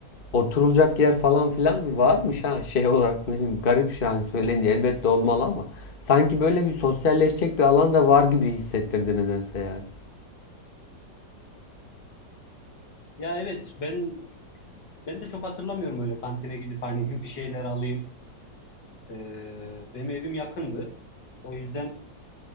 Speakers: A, on the left (about 35°); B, on the left (about 70°).
A: Oturulacak yer falan filan varmış ha şey olarak ne bileyim garip şu an söyleyince elbette olmalı ama sanki böyle bir sosyalleşecek bir alan da var gibi hissettirdi nedense yani.
B: Ya evet ben ben de çok hatırlamıyorum öyle kantine gidip hani <laughs> bir şeyler alayım. Ee, benim evim yakındı. O yüzden